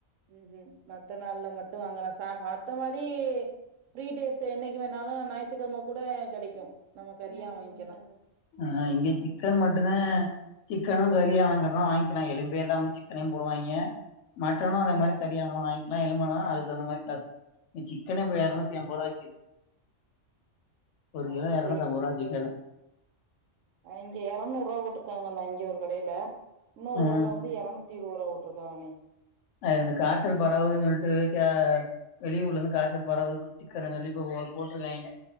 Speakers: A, on the right (about 80°); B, on the left (about 70°).
A: ம் ம் மத்த நாள்ல மட்டு வாங்கலா ச மத்த மாரி ஃப்ரீ டேஸ் என்னைக்கு வேணாலு ஞாயிறுக்கிழமை கூட கிடைக்கு நம்ம கறியா வாங்கிலா
B: ஆஹ் இங்க சிக்கன் மட்டு தா சிக்கனு கறியா வாங்குறம்னா வாங்கிக்கலா எலும்பே இல்லாம சிக்கனையு போடுவாயிங்க மட்டனு அந்த
A: ஆ
B: மாறி கறியா வேணுனாலு வாங்கிக்கலா எலும்புனாலு அதுக்கு தகுந்த மாறி காசு சிக்கனே இப்போ இரநூத்தி எம்பது ரூபாக்கு விக்குது ஒரு கிலோ
A: ஓகே
B: இரநூத்தி ஐம்பது ரூபா சிக்கனு
A: இங்க இரநூறு ரூபா போட்டுருக்காங்க அங்க ஒரு கடையில இன்னொரு
B: ஆ
A: கடையில வந்து இரநூ த்தி இருந்து ரூபா போட்டுருக்காங்கானே
B: அது அந்த காய்ச்சல் பரவுதுன்னு சொல்லிட்டு கே வெளியூர்ல இருந்து காய்ச்சல் பரவுது சிக்கனு சொல்லி போட்டிருக்காங்க